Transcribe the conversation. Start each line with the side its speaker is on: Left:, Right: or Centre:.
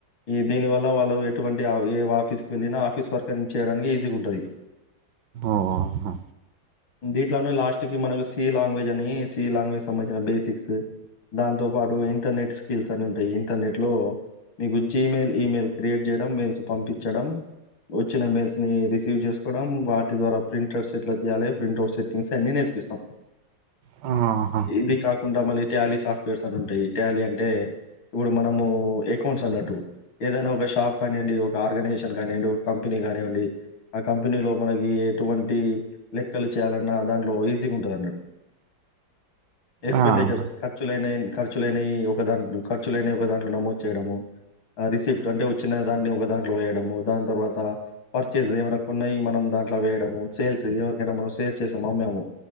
Left: ఈ దీని వల్ల వాళ్ళు ఎటువంటి ఆ ఏ ఆఫీస్ కి వెళ్ళినా ఆఫీస్ వర్క్ అని చేయడానికి ఈజీగా ఉంటది
Right: ఓహో
Left: దీంట్లోనే లాస్ట్ కి మనకు సి లాంగ్వేజ్ అని సి లాంగ్వేజ్ సంబంధించిన బేసిక్స్ దాంతో పాటు ఇంటర్నెట్ స్కిల్స్ అని ఉంటాయి ఇంటర్నెట్ లో మీకు జీమెయిల్, ఇమెయిల్ క్రియేట్ చేయడం మెయిల్స్ పంపించడం వచ్చిన మెయిల్స్ ని రిసీవ్ చేసుకోవడం వాటి ద్వారా ప్రింట్ సెట్లా తీయాలి ప్రింట్ అవుట్ సెట్ స్కిల్స్ అన్ని నేర్పిస్తాం
Right: ఆ
Left: ఇది కాకుండా మళ్ళీ ట్యాలీ సాఫ్ట్వేర్స్ అని ఉంటాయి ట్యాలీ అంటే ఇప్పుడు మనము ఎకౌంట్స్ అన్నట్టు ఏదైనా ఒక షాప్ ఒక ఆర్గనైజేషన్ కానిండి ఒక కంపెనీ కానివ్వండి ఆ కంపెనీలో మనకి ఎటువంటి లెక్కలు చేయాలన్నా దాంట్లో ఈజీగా ఉంటది అన్నట్టు ఎక్స్పెండిచర్స్
Right: ఆహా
Left: ఖర్చులైన ఖర్చులైనయి ఒక దాంట్లో ఖర్చులైన ఒక దాంట్లో నమోదు చేయడము ఆ రిసిప్ట్ అంటే వచ్చిన దాన్ని ఒక దాంట్లో వేయడము దాని తర్వాత పర్చేజ్ ఏమైనా కొన్నాయి మనం దాంట్లో వేయడము సేల్స్ ఎవరికైనా మనం సేల్స్ చేసాము అమ్మాము